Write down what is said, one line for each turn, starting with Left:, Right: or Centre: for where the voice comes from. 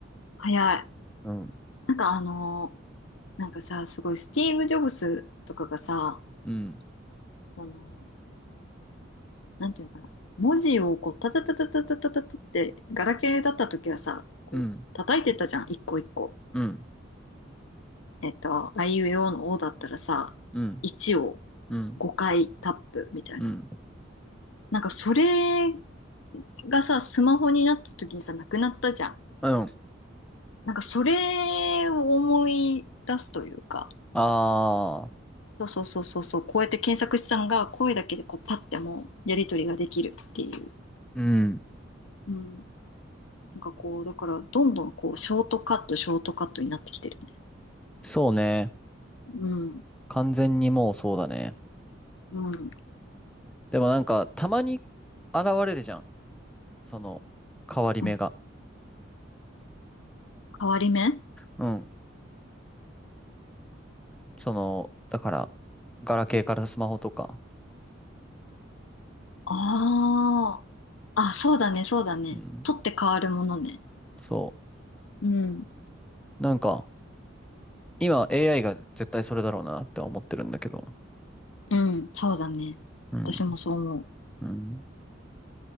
Left: 早い。
Centre: うん。
Left: なんかあのーなんかさ、すごいスティーブ・ジョブスとかがさ、
Centre: うん。
Left: その、なんていうのかな。文字をこう、タタタタタタタタタって、ガラケーだった時はさ、こう、
Centre: うん。
Left: 叩いてたじゃん、一個一個。
Centre: うん。
Left: えっと、あいうえおのおだったらさ、
Centre: うん。
Left: 1を
Centre: うん。
Left: 5回タップみたいな。
Centre: うん。
Left: なんかそれがさ、スマホになった時にさ、なくなったじゃん。
Centre: うん。
Left: なんかそれを思い出すというか、
Centre: ああ、
Left: そうそうそうそうそう、こうやって検索したのが声だけでこうパッてもうやり取りができるっていう。
Centre: うん。
Left: うん。なんかこう、だからどんどんこう、ショートカット、ショートカットになってきてるよね。
Centre: そうね。
Left: うん。
Centre: 完全にもうそうだね。
Left: うん。
Centre: でもなんか、たまに現れるじゃん。その、変わり目が。
Left: うん。変わり目
Centre: うん。その、だから、ガラケーからスマホとか。
Left: ああ。あ、そうだね、そうだね。
Centre: うん。
Left: 取って変わるものね。
Centre: そ
Left: うん。
Centre: う。なんか、今 AI が絶対それだろうなって思ってるんだけど。
Left: うん、そうだね。
Centre: うん。
Left: 私もそう思う。
Centre: うん。